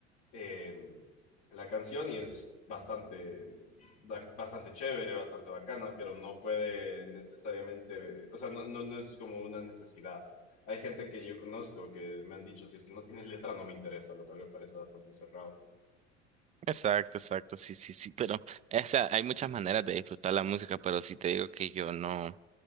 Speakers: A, on the left (about 70°); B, on the right (about 20°).
A: eh, la canción y es bastante, ba- bastante chévere, bastante bacana, pero no puede necesariamente, o sea, no, no, no es como una necesidad. Hay gente que yo conozco que me han dicho, si es que no tienes letra, no me interesa, lo cual me parece bastante cerrado.
B: Exacto, exacto, sí, sí, sí, pero o sea, hay muchas maneras de disfrutar la música, pero sí te digo que yo no,